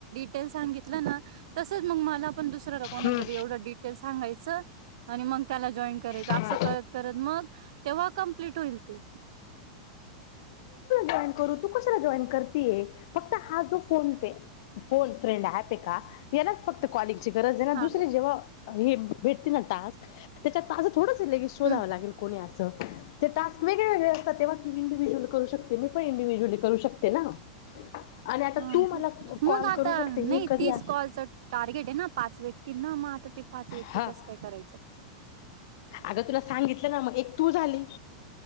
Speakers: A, on the right; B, on the left.
A: े सांगितलं ना तसच मग मला पण दुसरला कोणा
B: हम्म,
A: जरी एवढं डिटेल सांगायचं. आणि मग त्याला जॉईन करायचं
B: हा.
A: असं करत करत मग तेव्हा कम्प्लीट होईल ते.
B: जन करू तू कशाला जॉईन करतेय फक्त हा जो फोन पे फोन फ्रेंड आहे का. यांनाच फक्त कॉलिंगची गरज आहे ना
A: हा
B: दुसर जेव्हा हे भेटते ना टास्क. त्याच्यात आस थोडंस लेगी शोधावं
A: हम्म
B: लागेल कोणी असं. ते टास् वेगळेवेगळे असतात तेहा तू इंडिव्हज्यअल करूकता. ते मी पण इंडिव्हज्युअली करू शकते ना. आणि आता
A: हा
B: तू
A: का
B: मला कॉल
A: मग आता
B: करू शकते
A: नाही
B: हे कधी
A: तीस
B: आ
A: कॉलच टार्गेट आहे ना पाच व्यक्तीना मग आता ते पाच व्यक्ती
B: हा
A: कसं काय करायचं.
B: अगं तुला सांगितलं ना मग एक तू झाली.